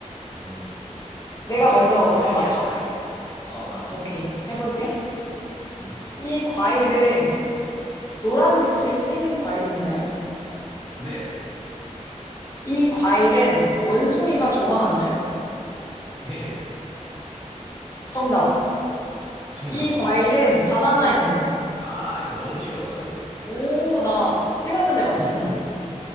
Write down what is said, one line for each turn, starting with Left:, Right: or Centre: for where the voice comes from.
Right: 음.
Left: 내가
Right: 먼저
Left: 먼저
Right: 해. 과일이야,
Left: 그럼 맞춰?
Right: 과일. 어, 맞추면
Left: 오케이.
Right: 돼.
Left: 해볼게.
Right: 음.
Left: 이 과일은 노란 빛을 띠는 과일인가요?
Right: 네.
Left: 이 과일은 원숭이가 좋아하나요?
Right: <laughs> 예.
Left: 정답.
Right: 정답.
Left: 이 과일은 바나나입니다.
Right: 아, 이거 너무 쉬웠다, 근데. <laughs>
Left: 오, 나 찍었는데 맞췄네.
Right: 두 번.